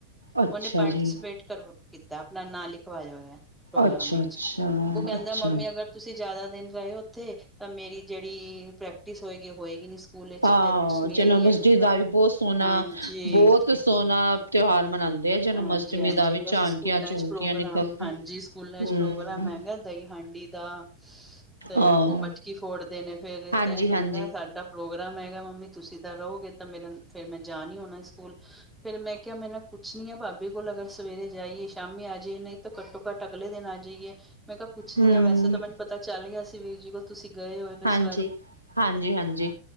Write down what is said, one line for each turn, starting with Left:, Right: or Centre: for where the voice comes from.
Left: ਅੱਛਾ
Centre: ਉਹਨੇ ਪਾਰਟੀਸਪੇਟ
Left: ਜੀ
Centre: ਕਰ ਕੀਤਾ। ਆਪਣਾ ਨਾਂ ਲਿਖਵਾਇਆ ਹੋਇਆ ਪ੍ਰੋਗਰਾਮ
Left: ਅੱਛਾ
Centre: ਵਿੱਚ
Left: ਅੱਛਾ
Centre: ਉਹ ਕਹਿੰਦਾ
Left: ਅੱਛਾ
Centre: ਮੰਮੀ ਅਗਰ। ਤੁਸੀਂ ਜਿਆਦਾ ਦਿਨ ਰਹੇ ਹੋ ਉੱਥੇ ਤਾਂ ਮੇਰੀ ਜਿਹੜੀ ਪ੍ਰੈਕਟਿਸ ਹੋਏਗੀ ਹੋਏਗੀ ਨੀ। ਸਕੂਲ ਵਿੱਚ
Left: ਹਾਂ
Centre: ਜਨਮਅਸ਼ਟਮੀ
Left: ਜਨਮ
Centre: ਹੈਗੀ
Left: ਅਸ਼ਟਮੀ
Centre: ਅੱਠਵੇ ਦਿਨ
Left: ਦਾ ਵੀ ਬਹੁਤ ਸੋਹਣਾ
Centre: ਹਾਂਜੀ।
Left: ਬਹੁਤ ਸੋਹਣਾ ਤਿਉਹਾਰ ਮਨਾਉਂਦੇ ਆ ਜਨਮ
Centre: ਹਾਂਜੀ
Left: ਅਸ਼ਟਮੀ
Centre: ਹਾਂਜੀ
Left: ਦਾ ਵੀ
Centre: ਬਸ
Left: ਝਾਂਕੀਆਂ
Centre: ਸਕੂਲਾਂ
Left: ਝੁਮਕੀਆਂ
Centre: ਚ ਪ੍ਰੋਗਰਾਮ
Left: ਨਿਕਲਦੇ
Centre: ਹਾਂਜੀ ਸਕੂਲਾਂ
Left: ਹੂੰ
Centre: ਚ ਪ੍ਰੋਗਰਾਮ ਹੈਗਾ। ਦਹੀਂ ਹਾਂਡੀ ਦਾ ਤੇ
Left: ਆਹ
Centre: ਉਹ ਮਟਕੀ ਫੋੜਦੇ ਨੇ। ਫੇਰ
Left: ਹਾਂਜੀ
Centre: ਤਾਂ ਇਹ ਕਹਿੰਦਾ
Left: ਹਾਂਜੀ
Centre: ਸਾਡਾ ਪ੍ਰੋਗਰਾਮ ਹੈਗਾ। ਮੰਮੀ ਤੁਸੀਂ ਤਾਂ ਰਹੋਗੇ ਤਾਂ ਮੇਰਾ ਫੇਰ ਮੈਂ ਜਾਣ ਨਹੀ ਹੋਣਾ ਸਕੂਲ। ਫੇਰ ਮੈਂ ਕਿਹਾ, ਮੈਂ ਨਾ ਪੁੱਛਨੀ ਆ ਭਾਬੀ ਕੋਲ ਅਗਰ ਸਵੇਰੇ ਜਾਈਏ ਸ਼ਾਮੀ ਆ ਜਾਈਏ ਨਹੀਂ। ਤਾਂ ਘੱਟੋ ਘੱਟ ਅਗਲੇ ਦਿਨ ਆ ਜਾਈਏ। ਮੈਂ ਕਿਹਾ ਪੁੱਛਣੀ
Left: ਹੂੰ
Centre: ਆ ਵੈਸੇ ਤਾਂ ਮੈਨੂੰ ਪਤਾ ਚੱਲ ਗਿਆ ਸੀ। ਵੀਰ ਜੀ ਕੋਲ ਤੁਸੀਂ ਗਏ ਹੋਏ। ਇਸ
Left: ਹਾਂਜੀ
Centre: ਵਾਰੀ
Left: ਹਾਂਜੀ ਹਾਂਜੀ